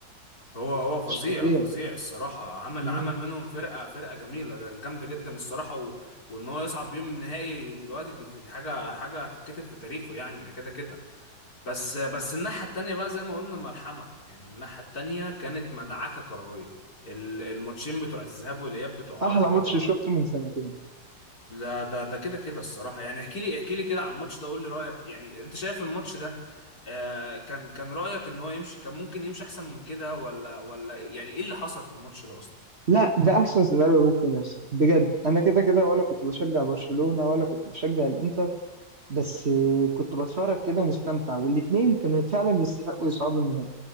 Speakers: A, on the left (about 45°); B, on the right (about 35°).
A: هو هو فظيع
B: مش طبيعي
A: فظيع الصراحة عمل
B: مم.
A: عمل منهم فرقة فرقة جميلة جامدة جدا الصراحة و... وإن هو يصعد بيهم النهائي دلوقتي دي, دي حاجة حاجة هتتكتب في تاريخه يعني ده كده كده بس بس الناحية التانية بقى زي ما قلنا ملحمة يعني الناحية التانية كانت مدعكة كروية ال- الماتشين بتوع الذهاب والإياب بتوع
B: أحلى
A: أر... بتوع
B: ماتش شفته من سنتين
A: لا ده ده كده كده الصراحة يعني احكي لي احكي لي كده عن الماتش ده قول لي رأيك يعني انت شايف الماتش ده آه كان كان رأيك ان هو يمشي كان ممكن يمشي احسن من كده ولا ولا يعني ايه اللي حصل في الماتش ده اصلا
B: لا ده أحسن سيناريو ممكن يحصل بجد أنا كده كده ولا كنت بشجع برشلونة ولا كنت بشجع الإنتر بس كنت بتفرج كده ومستمتع والاتنين كانوا فعلا يستحقوا يصعدوا النهائي